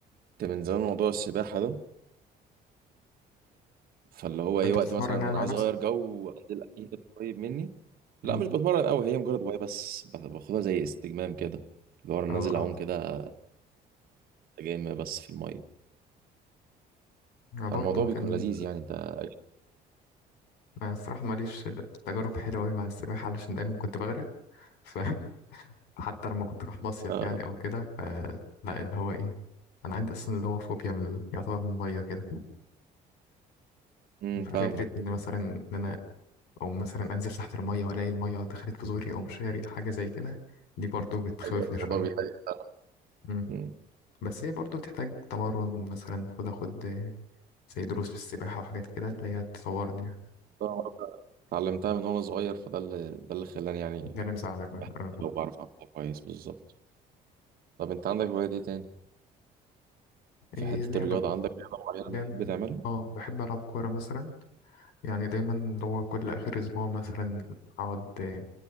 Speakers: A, on the right; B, on the left.
A: من زمان موضوع السباحة ده فاللي هو ايه
B: أنت
A: وقت
B: بتتمرن
A: مثلا ان
B: يعني
A: انا
B: مع
A: عايز
B: نفسك؟
A: اغير جو وانزل اي حتة قريب مني لا
B: مم.
A: مش بتمرن قوي هي مجرد هوايه بس ب- باخدها زي استجمام كده اللي هو انا
B: اه
A: نازل
B: اه
A: اعوم كده جيم بس في الميه
B: انا
A: فالموضوع
B: برضو
A: بيكون
B: كان
A: لذيذ يعني انت
B: انا الصراحه ماليش تجارب حلوه أوي مع السباحه علشان دايما كنت بغرق ف <laughs> حتى لما كنت اروح مصيف
A: اه
B: يعني او كده ف- لا اللي هو ايه انا عندي اصلا اللي هو فوبيا من ال- يعتبر من الميه كده
A: امم
B: ففكره
A: فاهمك
B: ان مثلا ان انا او مثلا انزل تحت الميه والاقي الميه دخلت في زوري او مش هاري حاجه زي كده دي برضو بتخوفني
A: أيوة، الموضوع
B: شويه
A: بيضايق
B: مم.
A: أمم.
B: بس هي برضو بتحتاج تمرن ومثلا المفروض اخد آه، زي دروس في السباحه وحاجات كده اللي هي تصورني يعني
A: طبعاً اتعلمتها من وانا صغير فده اللي ده اللي خلاني يعني
B: ده اللي مساعدك بقى. اه
A: لو بعرف اعملها كويس بالظبط طب انت عندك هوايات ايه تاني في
B: إيه
A: حته
B: لعب
A: الرياضه
B: كوره
A: عندك رياضه معينه
B: لعب
A: بتحب تعملها
B: اه بحب العب كوره مثلا يعني دايما اللي هو كل اخر اسبوع مثلا اقعد آه،